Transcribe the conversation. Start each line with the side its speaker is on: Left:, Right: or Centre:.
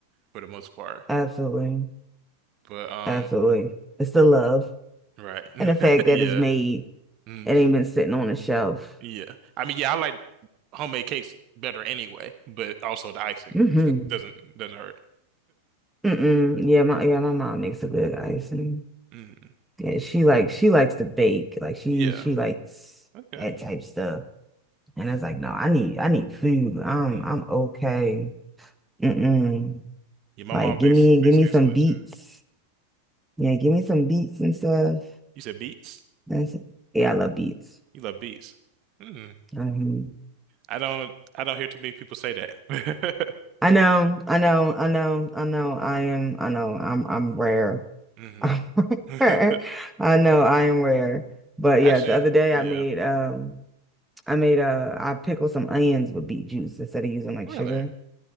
Right: for the most part.
Centre: absolutely,
Right: But um,
Centre: absolutely. It's the love
Right: right, <laughs>
Centre: and the fact that
Right: yeah,
Centre: it's made
Right: Mm,
Centre: and ain't been sitting on the shelf.
Right: yeah. I mean, yeah, I like homemade cakes better anyway, but also the icing
Centre: Mm-hmm.
Right: <laughs> doesn't doesn't hurt.
Centre: Mm-mm. Yeah, my yeah, my mom makes a good icing.
Right: Mm,
Centre: Yeah, she like she likes to bake. Like she
Right: yeah,
Centre: she likes
Right: okay.
Centre: that type stuff. And it's like, no, I need I need food. I'm
Right: Mm-hmm.
Centre: I'm okay. Mm-mm.
Right: Yeah, my
Centre: Like
Right: mom
Centre: give
Right: base
Centre: me give
Right: base
Centre: me
Right: case
Centre: some
Right: on
Centre: beets.
Right: it too.
Centre: Yeah, give me some beats and stuff.
Right: You said beats.
Centre: That's yeah, I love beats.
Right: You love beats. Hmm.
Centre: Mhm.
Right: I don't I don't hear too many people say that.
Centre: I know, I know, I know, I know. I am, I know. I'm, I'm rare.
Right: <laughs> hmm
Centre: <laughs> I'm
Right: <laughs>
Centre: rare. I know I am rare. But
Right: Actually,
Centre: yeah, the other day
Right: yeah.
Centre: I made, um, I made uh, I pickled some onions with beet juice instead of using like
Right: Really?
Centre: sugar,